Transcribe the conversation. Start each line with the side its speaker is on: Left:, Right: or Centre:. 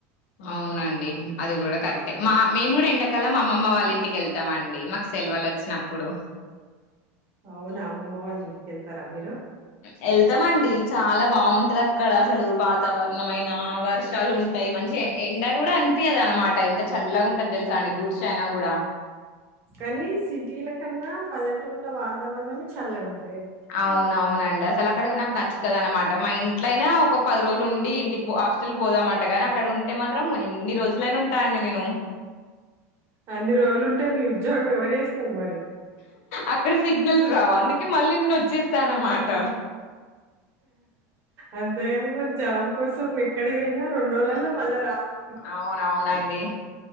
Left: అవునండి అది కూడా కరెక్టే మా మేము కూడా ఎండ. కాలం అమ్మమ్మ వాళ్ళ ఇంటికి వెళ్తాము అండి మాకు సెలవులు వచ్చినప్పుడు.
Right: అవున అమ్మమ్మ వాళ్ళ ఇంటికి వెళ్తారా మీరు.
Left: వెళ్తామండి చాలా బాగుంటాది అక్కడ అసలు వాతావరణమైన వర్షాలు ఉంటాయి మంచి ఎండా కూడా అనిపియ్యదు అనమాట ఎంత చల్లగా ఉంటాది తెలుసా అండి గుడ్చి ఐనా కూడా.
Right: కానీ సిటీలా కన్నా పల్లెటూర్ల వాతావరణమే చల్లగ ఉం
Left: అవున అవునండి అసలు అక్కడ నాకు నచ్చిం. కదా అనమాట మా ఇంట్లోనైనా ఒక పది రోజులు ఉండి ఇంటికి హాస్టల్ కి పోదామంటా కానీ అక్కడ ఉంటే మాత్రం ఇన్ని రోజులైనా ఉంటా అండి నేను.
Right: అన్ని రోజులుంటే మీ ఉద్యోగం ఎవరు చేస్తారు మరి.
Left: అక్కడ సిగ్నల్స్ రావు అందుకే మళ్ళీ నేను వచ్చేస్తా అన్నమాట.
Right: అంతేగాని మరి జాబ్ కోసం ఎక్కడి పోయినా రెండు రోజలల్లో మళ్ళా రావాలి.
Left: అవునవును అండి.